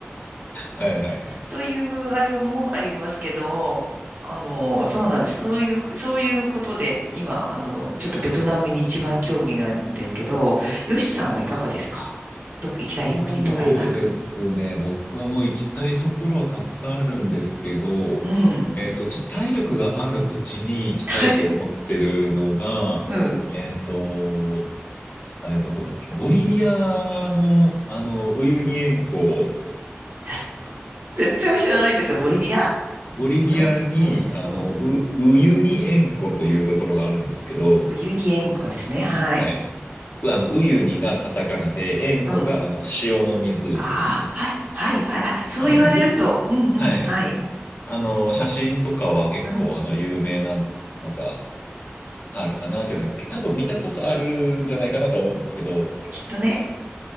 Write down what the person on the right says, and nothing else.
<laughs> という、あれもありますけど、あの、そうなんです。そういう、そういうことで、今、あの、ちょっとベトナムに一番興味があるんですけど、ヨシさんはいかがですかどっか行きたい国とかありますか
うん。
はい。<laughs> うん。い
やす全然知らないんですが、ボリビア
のうん、
うん。
ウユニ塩湖ですね。はい。
うん。
ああ、はい、はい、はい。あ、そう言われると、
うん、うん、
はい。
うん、
きっとね。